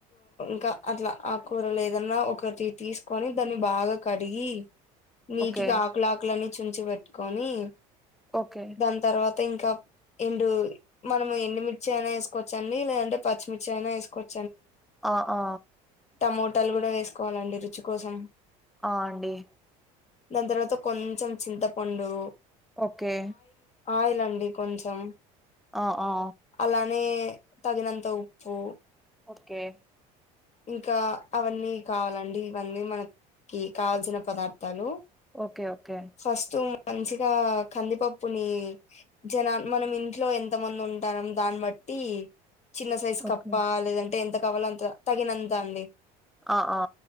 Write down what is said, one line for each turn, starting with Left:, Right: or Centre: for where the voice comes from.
Left: ఇంకా అట్లా ఆకూరలు ఏదన్నా ఒకటి తీసుకొని దాన్ని బాగా కడిగి నీటిగా
Centre: ఓకే
Left: ఆకులా ఆకులని చుంచి పెట్టుకొని
Centre: ఓకే.
Left: దాని తర్వాత ఇంకా ఎండు మనం ఎండుమిర్చి అయినా వేసుకోవచ్చండి లేదంటే పచ్చిమిర్చి అయినా వేసుకోవచ్చు
Centre: ఆ ఆ
Left: టమోటాలు కూడా వేసుకోవాలండి రుచి కోసం
Centre: ఆ అండి
Left: దాని తర్వాత కొంచెం చింతపండు
Centre: ఓకే
Left: ఆయిలండి కొంచెం
Centre: ఆ ఆ
Left: అలానే తగినంత ఉప్పు
Centre: ఓకే
Left: ఇంకా అవన్నీ కావాలండి ఇవన్నీ మనకి కావల్సిన పదార్థాలు
Centre: ఓకే ఓకే
Left: ఫస్ట్ మంచిగా కందిపప్పుని జనా మనం ఇంట్లో ఎంత మంది ఉంటాం దాన్ని బట్టి చిన్న సైజ్
Centre: ఓకే.
Left: కప్ప లేదంటే ఎంత కావాలో అంత తగినంత అండి
Centre: ఆ ఆ